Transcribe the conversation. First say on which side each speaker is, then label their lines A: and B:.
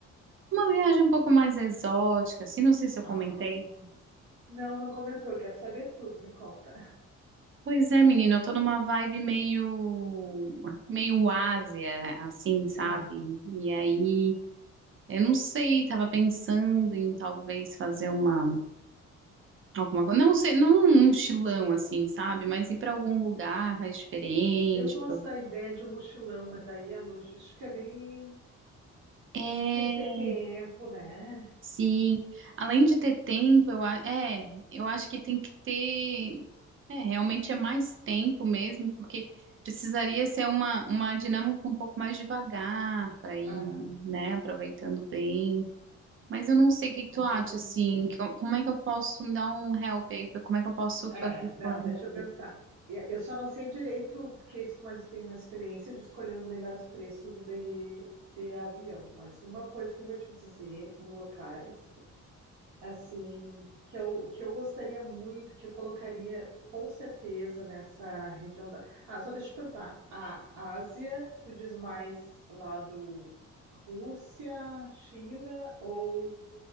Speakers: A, on the right; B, on the right.
A: uma viagem um pouco mais exótica, assim, não sei se eu
B: Ah,
A: comentei.
B: não, não comentou. Quero saber tudo, me conta.
A: Pois é, menina, eu tô numa vibe meio, meio Ásia, assim, sabe?
B: Aham.
A: E aí, eu não sei, tava pensando em talvez fazer uma Alguma coisa. Não sei, não um mochilão assim, sabe? Mas ir para algum lugar mais diferente.
B: Eu gosto
A: pra-
B: da ideia de um mochilão, mas daí a logística é bem.
A: É,
B: Tem que ter tempo, né?
A: sim. Além de ter tempo, eu, a- é, eu acho que tem que ter. É, realmente é mais tempo mesmo, porque precisaria ser uma, uma dinâmica um pouco mais devagar para ir,
B: Aham,
A: né? Aproveitando bem. Mas eu não sei o que que
B: com
A: tu acha,
B: certeza.
A: assim. que- como é que eu posso me dar um help aí? pra- Como é que eu posso
B: É,
A: fazer
B: não,
A: planejar?
B: deixa eu pensar. Eu eu só não sei direito, porque isso mais tem uma experiência de escolher os melhores preços de, de avião. Mas uma coisa que eu vou te dizer, os locais. assim, que eu, que eu gostaria muito, que eu colocaria com certeza nessa região da. Ah, só deixa eu te perguntar. A Ásia, tu diz mais lá do Rússia, China ou